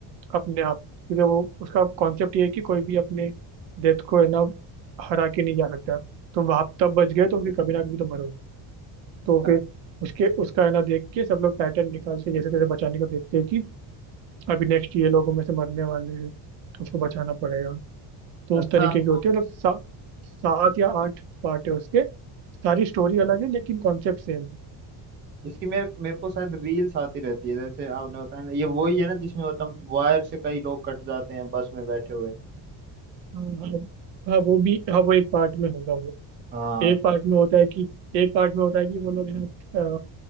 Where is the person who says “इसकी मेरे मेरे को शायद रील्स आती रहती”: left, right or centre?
Right